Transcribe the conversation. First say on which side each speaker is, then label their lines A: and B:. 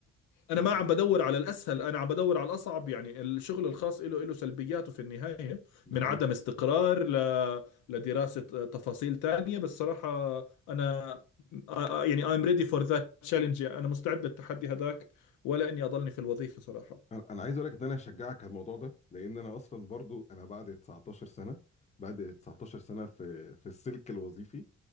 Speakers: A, on the left; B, on the left.
A: انا
B: أنا-
A: ما عم
B: أنا-
A: بدور على الاسهل انا عم بدور على الاصعب يعني الشغل الخاص له له سلبياته في النهايه
B: بالظبط
A: من عدم استقرار ل... لدراسه تفاصيل تانية بس صراحه انا آ- آ- يعني I'm ready for that challenge يعني انا مستعد للتحدي هذاك ولا اني اضلني في الوظيفه صراحه
B: انا أنا عايز اقول لك ان انا هشجعك على الموضوع ده لان انا اصلا برضو انا بعد 19 سنه بعد 19 سنه في في السلك الوظيفي